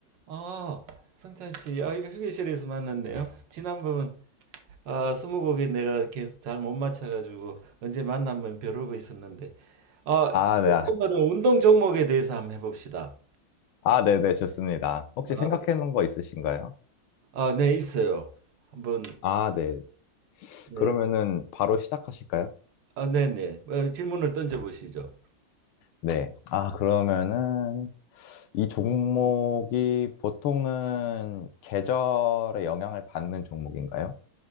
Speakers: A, on the right (about 65°); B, on the left (about 85°).
A: 아, 성찬 씨, 아, 이렇게 휴게실에서 만났네요. 지난번 아, 스무고개 내가 계속 잘 못 맞춰가지고 언제 만나면 벼르고 있었는데, 아,
B: 아, 네.
A: 오늘은 운동 종목에 대해서 한번 해봅시다.
B: 아, 네네, 좋습니다. 혹시
A: 아,
B: 생각해 놓은 거 있으신가요?
A: 아, 네, 있어요. 한번,
B: 아, 네.
A: 네,
B: 그러면은 바로 시작하실까요?
A: 아, 네, 네, 뭐, 질문을 던져보시죠.
B: 네. 아, 그러면은 이 종목이 보통은 계절의 영향을 받는 종목인가요?